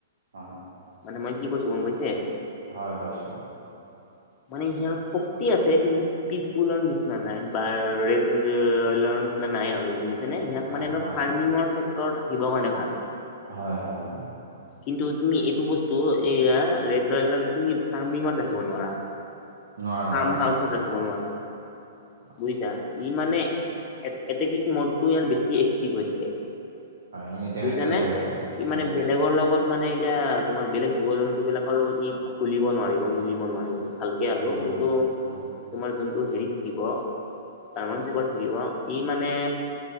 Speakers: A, on the right; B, on the left.
A: হয়,
B: মানে মই কি কৈছো গম পাইছে
A: হয় পাইছো
B: মানে সিয়াৰ শক্তি আছে কিন্তু পিটবুলৰ নিচিনা নাই বা ৰেলৰ নিচিনা নাই আৰু বুজি যেনে ইয়াক
A: হয়,
B: মানে এটা
A: হয়,
B: ফাৰ্মিঙৰ চেক্টৰত ৰাখিবৰ কাৰণে ভাল
A: হয় হয় হয়
B: কিন্তু তুমি এইটো বস্তু এইয়া ৰেড ৰয়লাৰটো তুমি ফাৰ্মিঙত ৰাখিব নোৱাৰা
A: নোৱাৰো
B: ফাৰ্ম
A: নোৱাৰো
B: হাউচত
A: হয়।
B: ৰাখিব নোৱাৰে
A: হয়,
B: বুজিছা ই মানে
A: হয়,
B: এটকীক মদতো ইয়াৰ বেছি এক্টিভ হৈ থাকে
A: হয়। এনি টাইম
B: বুজিছানে
A: এক্টিভে
B: ই
A: থাকে হয়,
B: মানে বেলেগৰ লগত মানে এতিয়া তোমাৰ বেলেগ জীৱ জন্তু বিলাকৰ লগত ই খুলিব নোৱাৰিব মিলিব নোৱাৰিব হালকে আগ
A: উম,
B: কিন্তু
A: উম, উম,
B: তোমাৰ যোনটো হেৰি থাকিব ডাইমন চেপৰ থাকিব ই মানে